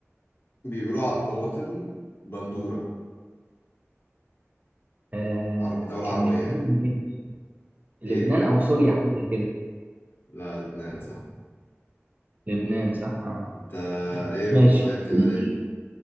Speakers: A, on the left; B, on the right.
A: بيقولوا على الطماطم بندورة
B: آه
A: عرب دولة
B: كان
A: عربية
B: لبنان
A: يعني
B: منين لبنان
A: ايه
B: او سوريا حاجه زي كده
A: لا لبنان صح
B: لبنان صح آه.
A: انت ايه
B: ماشي
A: اون فاير كده
B: قول
A: ليه
B: لي